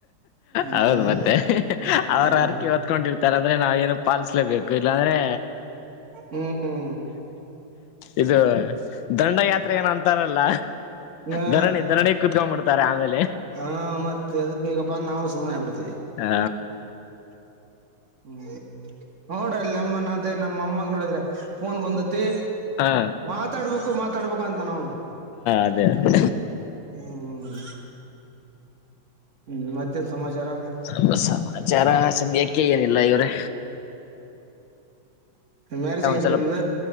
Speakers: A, on the right; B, on the left.
A: ಹ್ಮ್
B: ಹೌದು ಮತ್ತೆ
A: ಹ್ಮ್
B: ಅವರು ಅರ್ಕೆ ತ್ಕೊಂಡಿರ್ತಾರೆ ಅಂದ್ರೆ ನಾವು ಏನು ಪಾಲಿಸಲೇಬೇಕು ಇಲ್ಲಾಂದ್ರೆ
A: ಹ್ಮ್
B: ಇದು ದಂಡಯಾತ್ರೆ ಏನ ಅಂತಾರಲ್ಲ
A: ಹಾ
B: ದಂಡ ನಿ ಇದರನೇ ಕುತ್ಕೊಂಡ್ಂಬಿತಾರೆ ಆಮೇಲೆ
A: ಹಾ ಮತ್ತೆ ಎದಕ್ ಬೇಕಪ್ಪಾ ನಾವು ಸುಮನೆ ಆಬಿಡ್ತೇವಿ
B: ಹ
A: ಹ್ಮ್ ನೋಡಲ್ಲಿ ನಮ್ಮ ಅದೇ ನಮ್ಮ ಅಮ್ಮಾಗ ನೋಡಿದ್ರೆ ಫೋನ್ ಬಂದ ಮ
B: ಹಾ
A: ಮಾತಾಡ್ಬೇಕು ಮಾತಾಡ್ಬೇಕು ಅಂತ ನನು
B: ಅದೇ ಅದೇ
A: ಹ್ಮ್ ಹ್ಮ್ ಮತ್ತೇನ್ ಸಮಾಚಾರ
B: ನಮ್ಮ ಸಮಾಚಾರ ಸ ಕ್ಕೆ ಏನಿಲ್ಲ ಇವರೆ
A: ಹ ಮ್ಯಾರೇಜ್ ಆಗೈತ್ರಿ
B: ಸ್ವಲ್ಪ
A: ನಿಮ್ದ